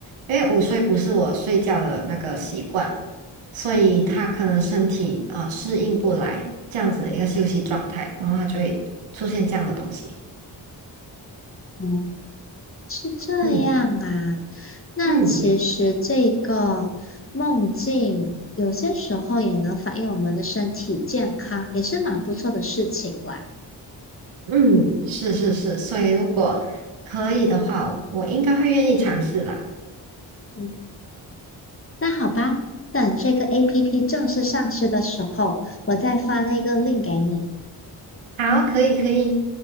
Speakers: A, on the right; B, on the left.
A: 因为午睡不是我睡觉的那个习惯，所以他可能身体呃适应不来这样子的一个休息状态，然后他就会出现这样的东西。
B: 嗯，是这样啊。
A: 嗯
B: 那其实这个梦境有些时候也能反映我们的身体健康，
A: 嗯
B: 也是蛮不错的事情啦。
A: 嗯，是是是，所以如果可以的话，我我应该会愿意尝试的。
B: 嗯，那好吧，等这个 APP 正式上市的时候，我再发那个 link 给你。
A: 好，可以可以。